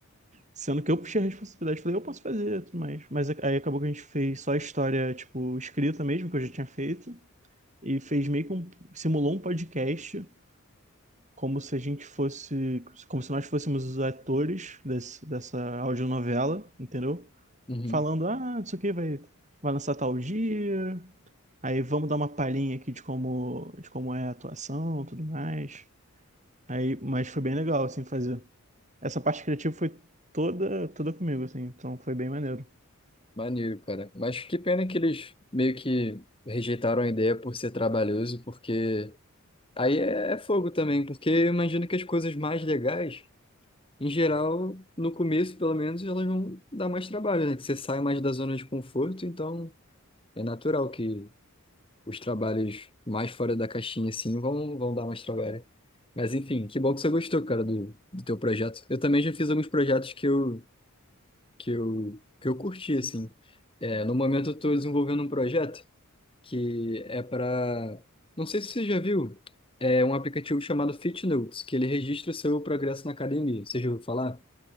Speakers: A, on the right (about 30°); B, on the left (about 25°).
A: Sendo que eu puxei a responsabilidade, falei, eu posso fazer, tudo mais. Mas a- aí acabou que a gente fez só a história, tipo, escrita mesmo, que eu já tinha feito. E fez meio que um, simulou um podcast, como se a gente fosse, como se nós fôssemos os atores desse, dessa audionovela, entendeu?
B: Uhum.
A: falando, ah, não sei o que, vai, vai lançar tal dia, aí vamos dar uma palhinha aqui de como, de como é a atuação, tudo mais. Aí, mas foi bem legal, assim, fazer. Essa parte criativa foi toda, toda comigo, assim, então foi bem maneiro.
B: Maneiro, cara. Mas que pena que eles meio que rejeitaram a ideia por ser trabalhoso, porque aí é, é fogo também, porque eu imagino que as coisas mais legais Em geral, no começo, pelo menos, elas vão dar mais trabalho, né? Que você sai mais da zona de conforto, então é natural que os trabalhos mais fora da caixinha, assim, vão, vão dar mais trabalho. Mas, enfim, que bom que você gostou, cara, do, do teu projeto. Eu também já fiz alguns projetos que eu, que eu, que eu curti, assim. É, no momento, eu estou desenvolvendo um projeto que é para... Não sei se você já viu, é um aplicativo chamado FitNotes, que ele registra o seu progresso na academia. Você já ouviu falar?